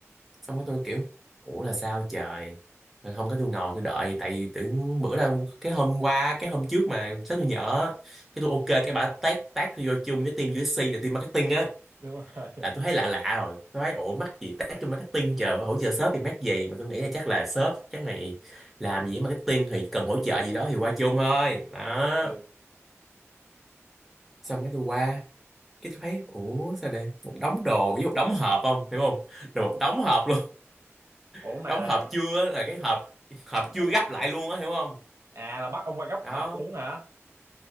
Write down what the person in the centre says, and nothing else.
xong cái tôi kiểu ủa là sao trời rồi không có tôi ngồi tôi đợi tại vì tưởng bữa đâu cái hôm qua cái hôm trước mà sếp tôi nhỡ cái tôi ok cái bà tag tag tôi vô chung với team USC và team marketing á
là tôi thấy lạ lạ rồi tôi thấy ủa mắc gì tag cho marketing chờ hỗ trợ shop thì mắc gì mà tôi nghĩ là chắc là shop chắc này làm gì với marketing thì cần hỗ trợ gì đó thì qua chung thôi đó
xong cái tôi qua cái tôi thấy ủa sao đây một đống đồ với một đống hộp không hiểu không rồi một đống hộp luôn <laughs>
đống hộp
chưa á, là cái hộp hộp
chưa
gấp lại luôn á hiểu không
đó